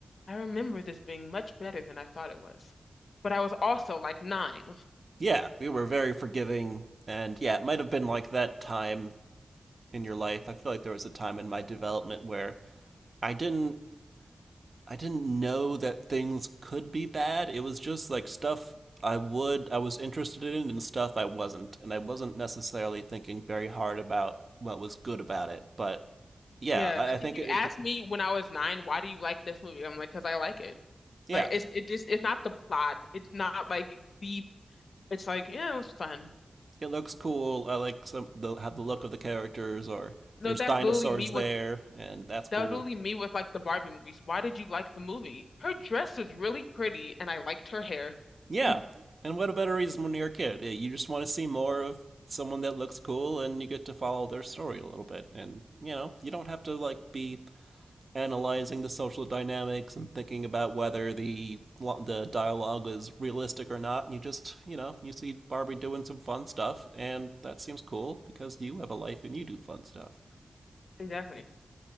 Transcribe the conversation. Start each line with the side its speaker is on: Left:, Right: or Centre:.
Left: I remember this being much better than I thought it was. But I was also like nine.
Right: yeah. We were very forgiving, and yeah, it might have been like that time in your life. I feel like there was a time in my development where I didn't I didn't know that things could be bad. It was just like stuff I would I was interested in and stuff I wasn't, and I wasn't necessarily thinking very hard about what was good about it. But yeah,
Left: Yeah,
Right: I,
Left: like
Right: I think
Left: if you
Right: it,
Left: ask
Right: it
Left: me when I was nine, why do you like this movie? I'm like, because I like it.
Right: yeah,
Left: Like it's it just it's not the plot. It's not like deep. It's like, yeah, it was fun.
Right: it looks cool. I like some the have the look of the characters or
Left: No,
Right: there's
Left: that's
Right: dinosaurs
Left: literally me with
Right: there and that's cool.
Left: that was literally me with like the Barbie movies. Why did you like the movie? Her dress was really pretty and I liked her hair.
Right: Yeah.
Left: <laughs>
Right: And what a better reason when you're a kid? Yeah, You just want to see more of someone that looks cool and you get to follow their story a little bit. And, you know, you don't have to like be analyzing the social dynamics and thinking about whether the the dialogue is realistic or not. And You just, you know, you see Barbie doing some fun stuff and that seems cool because you have a life and you do fun stuff.
Left: Exactly.